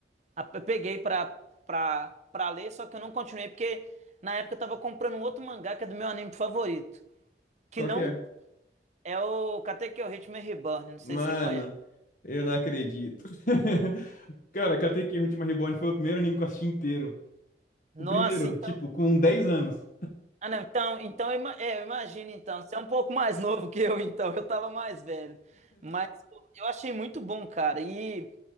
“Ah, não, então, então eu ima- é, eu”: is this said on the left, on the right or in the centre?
Right